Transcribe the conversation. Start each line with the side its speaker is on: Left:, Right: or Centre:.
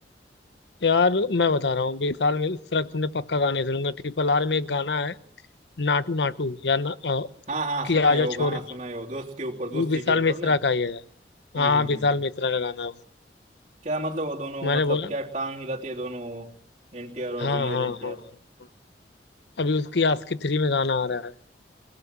Left: यार मैं बता रहा हूँ विशाल मिश्रा के तुमने पक्का गाने सुनूंगा ट्रिपल आर में एक गाना है नाटू नाटू या ना, अ,
Right: हाँ हाँ
Left: कि
Right: सुना है
Left: आजा
Right: वो गाना
Left: छोरे
Right: सुना है वो दोस्त के ऊपर दोस्ती
Left: वो विशाल
Right: के ऊपर
Left: मिश्रा
Right: ने
Left: का ही है यार
Right: हम्म
Left: हाँ
Right: हम्म
Left: विशाल
Right: हम्म हम्म।
Left: मिश्रा का गाना है वो
Right: क्या मतलब वो दोनों
Left: मैंने
Right: मतलब
Left: बोला
Right: क्या
Left: ना
Right: टांग हिलाते हैं दोनों एनटीआर और
Left: हाँ
Right: जूनियर
Left: हाँ
Right: एनटीआर
Left: हाँ हाँ अभी उसकी आस्की थ्री में गाना आ रहा है